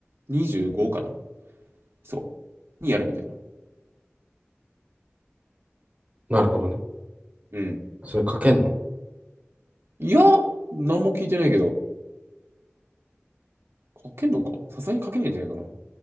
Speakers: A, on the right (about 70°); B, on the right (about 35°).
A: 25かな。そう。にやるみたいな。
B: なるほどね。
A: うん。
B: それ書けんの
A: いや、何も聞いてないけど、書けんのかさすがに書けないんじゃないかな。